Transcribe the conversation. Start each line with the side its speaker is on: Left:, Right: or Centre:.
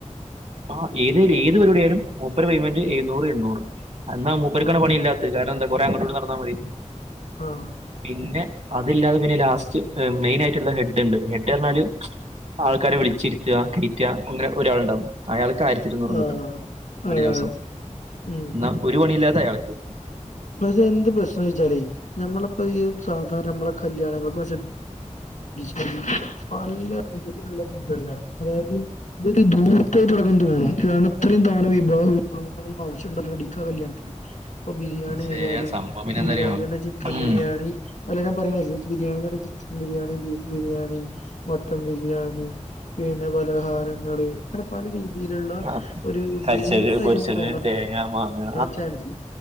Right: ആ ഏത <unintelligible> <unintelligible> പടിയും മുപ്പെരേപെയ്മെന്റ്
Left: ഉം
Right: എഴുന്നൂറ് എണ്ണൂറ് എന്നാ മുപ്പർക്കാണ്
Left: ആഹ്
Right: പണില്ലാത്തത് കാരണംന്താ കൊറേ ഇങ്ങോട്ടും നടന്നാ മതി
Left: ആഹ്
Right: പിന്നെ അതില്ലാതെ പിന്നെ ലാസ്റ്റ് മെയിൻ ആയിട്ടുള്ള ഹെഡ് ഉണ്ട് ഹെഡ് റഞ്ഞാല് ആൾക്കാരെ വിളിച്ചിരുത്തുക കയറ്റുക അങ്ങനെ ഒരാളുണ്ടാവും അയാൾക്ക് ആയിരത്തിഇരുന്നൂറും കിട്ടും
Left: ആഹ്
Right: ഒരു
Left: ആണാണ്
Right: ദിവസം
Left: ഉം
Right: എന്നാ ഒരു പണിയില്ലാതെ അയാൾക്ക്
Left: പക്ഷെ എന്ത് പ്രശ്നംന്ന് ച്ചാലേ നമ്മളിപ്പോ ഈ സാധാരണ നമ്മളെ കല്യാണങ്ങൾക്ക വ <unintelligible> പല വിധത്തിലുള്ള ഫുഡല്ലേഅതായത് ഇതൊരു നൂറ്റ തുടക്കം തോന്നുംം കാരണം ഇത്രയും തോന വിഭവ വിഭവങ്ങൾ ആവശ്യണ്ടല്ലോ <unintelligible> കല്യാണത്തിന് ഇപ്പൊ ബിരിയാണി <unintelligible>
Right: ശരിയാണ്
Left: ലും
Right: സംഭവം പിന്നെന്തറിയോ
Left: ബിരിയാണിയിൽ തന്നെ ചിക്കൻ
Right: ഉം
Left: ബിരിയാണി അല്ല ഞാൻ പറയ്ണ കേൾക്ക് biryani chicken biryani beef biryani mutton biryani പിന്നെ പലഹാരങ്ങള് അങ്ങനെ പല രീതിയിലുള്ള
Right: ആ
Left: ഒരു
Right: കരിച്ചത്
Left: ദൂർത്തായി
Right: പൊരിച്ചത്
Left: നമുക്ക് തോന്നാർ
Right: തേങ്ങ മാങ്ങ
Left: ആ ചാബിസിന്റ്